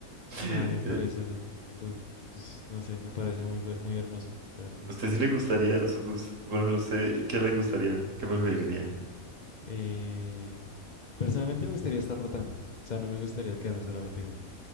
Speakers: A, on the right (about 60°); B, on the left (about 45°).
A: <laughs>
B: Nada, me
A: Eh,
B: parece el... lo- pues, no sé, me parece muy, bu- muy hermoso, la verdad.
A: ¿a usted sí le gustaría, o sea, pues, por ejemplo, a usted qué le gustaría, qué preferiría?
B: Eh, personalmente me gustaría estar rotando, o sea, no me gustaría quedarme solamente en uno,